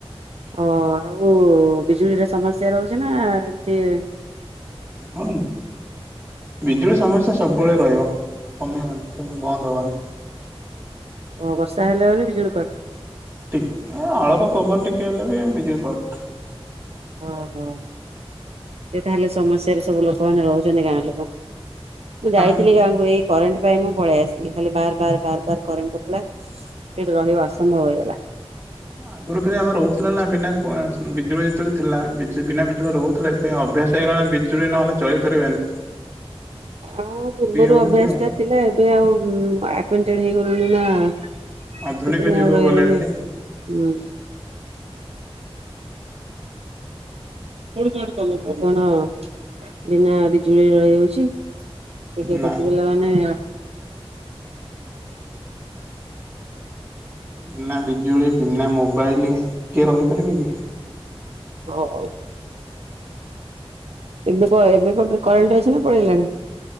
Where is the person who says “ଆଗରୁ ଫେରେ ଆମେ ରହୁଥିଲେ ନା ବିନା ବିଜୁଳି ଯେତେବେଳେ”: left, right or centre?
Right